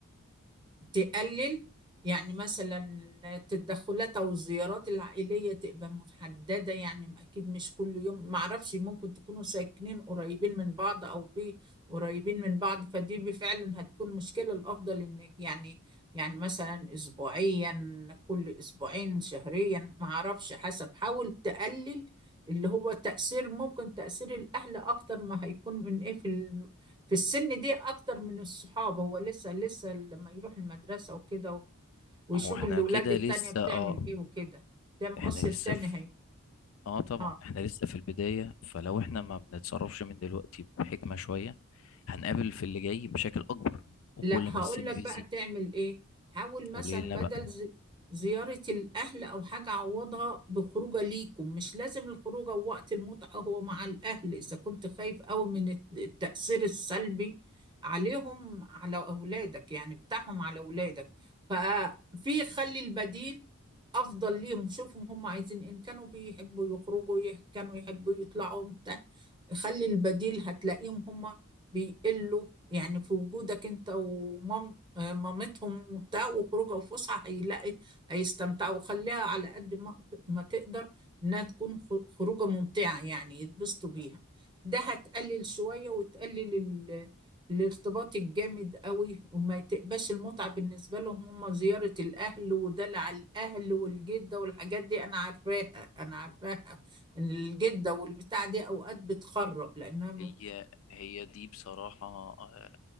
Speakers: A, on the right; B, on the left.
A: تقلل يعني مثلا التدخلات او الزيارات العائليه تبقى محدده يعني اكيد مش كل يوم ما اعرفش ممكن تكونوا ساكنين قريبين من بعض او في قريبين من بعض فدي بفعلا هتكون مشكله الافضل ان يعني يعني مثلا اسبوعيا كل اسبوعين شهريا ما اعرفش حسب حاول تقلل اللي هو تأثير ممكن تأثير الأهل أكتر ما هيكون من إيه في في السن دي اكتر من الصحاب هو لسه لسه لما يروح المدرسة وكده و- ويشوف
B: ما هو احنا
A: الاولاد
B: كده
A: التانية
B: لسه
A: بتعمل
B: اه
A: ايه وكده ده مؤثر
B: احنا لسه
A: تاني
B: في
A: هي
B: اه طبعا
A: اه
B: احنا لسه في البداية فلو احنا ما بنتصرفش من دلوقتي بحكمة شوية هنقابل في اللي جاي مشاكل اكبر وكل
A: لا هقول
B: ما السن
A: لك
B: بيزيد
A: بقى تعمل ايه حاول مثلا
B: قليلنا
A: بدل
B: بقى
A: ز- زيارة الاهل او حاجة عوضها بخروجه ليكم مش لازم الخروجه وقت المتعة هو مع الاهل اذا كنت خايف قوي من الت- التأثير السلبي عليهم على اولادك يعني بتاعهم على اولادك ففي خلي البديل افضل ليهم شوفهم هم عايزين إيه. ان كانوا بيحبوا يخرجوا يه- كانوا يحبوا يطلعوا بتاع خلي البديل هتلاقيهم هم بيقلوا يعني في وجودك انت ومام آه، مامتهم وبتاع وخروجه وفسحه هيلاقي هيستمتعوا وخليها على قد ما ما تقدر انها تكون خ- خروجه ممتعه يعني يتبسطوا بيها ده هتقلل شويه وتقلل ال- الارتباط الجامد قوي وما تبقاش المتعه بالنسبه لهم هم زياره الاهل ودلع الاهل والجده والحاجات دي انا عارفاها انا عارفاها الجده والبتاع دي اوقات بتخرب لانها
B: هي هي دي بصراحة آه،